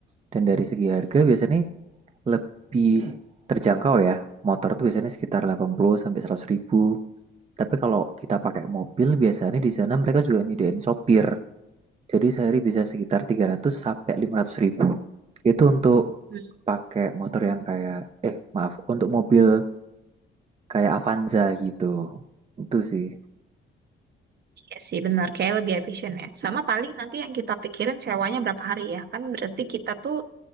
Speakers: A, on the right; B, on the right.
A: Dan dari segi harga biasanya lebih terjangkau ya. Motor tuh biasanya sekitar 80 sampai 100 ribu. Tapi kalau kita pakai mobil biasanya di sana mereka juga nyediain sopir. Jadi sehari bisa sekitar 300 sampai 500 ribu. Itu untuk
B: Hmm.
A: pakai motor yang kayak, eh maaf, untuk mobil kayak Avanza gitu. Itu sih.
B: Iya sih benar, kayak lebih efisien ya. Sama paling nanti yang kita pikirin sewanya berapa hari ya. Kan berarti kita tuh